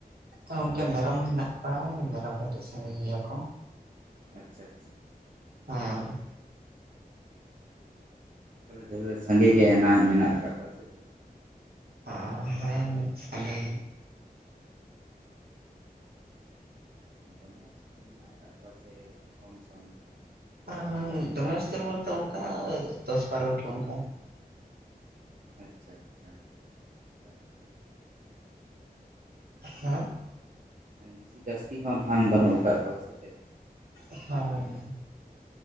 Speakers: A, on the right (about 75°); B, on the right (about 55°).
A: ᱛᱚ ᱜᱚᱝᱠᱮ ᱢᱮᱨᱚᱢ ᱦᱮᱱᱟᱜ ᱠᱚᱣᱟ ᱢᱮᱨᱚᱢ ᱠᱟᱹᱴᱤᱡ ᱥᱚᱢᱚᱭ ᱤᱧᱭᱟᱹ ᱠᱚ,
B: ᱟᱪᱪᱷᱟ ᱟᱪᱷᱟ,
A: ᱦᱮᱸ
B: ᱛᱟᱦᱚᱞᱮ ᱫᱷᱟᱹᱨ ᱨᱮ ᱥᱟᱸᱜᱮ ᱜᱮ ᱦᱟᱸᱜ ᱢᱮᱱᱟᱜ ᱟᱠᱟᱫ ᱠᱚᱣᱟ ᱥᱮ ᱪᱮ,
A: ᱦᱚᱸ ᱦᱮᱸ ᱢᱤᱫ ᱥᱟᱜᱮᱸ ᱜᱮ,
B: ᱫᱚᱢᱮ ᱢᱮᱱᱟᱜ ᱟᱠᱟᱫ ᱠᱚᱣᱟ ᱥᱮ ᱠᱚᱢ ᱥᱚᱢ?
A: ᱮᱸ ᱫᱚᱢᱮ ᱩᱥᱛᱟᱹᱨ ᱵᱳᱞᱛᱮ ᱚᱱᱠᱟ ᱫᱚᱥ ᱵᱟᱨᱚᱴᱤ ᱚᱱᱠᱠᱟ,
B: ᱟᱪᱪᱷᱟ ᱟᱪᱪᱷᱟ,
A: <inaudible> ᱦᱮᱸ
B: ᱵᱤᱥᱤ ᱡᱟᱹᱥᱛᱤ ᱦᱚᱸ ᱱᱟᱦᱟᱧ ᱵᱟᱹᱱᱩᱜ ᱟᱠᱟᱫ ᱠᱚᱣᱟ ᱥᱮ ᱪᱮᱫ?
A: <inaudible> ᱦᱳᱭ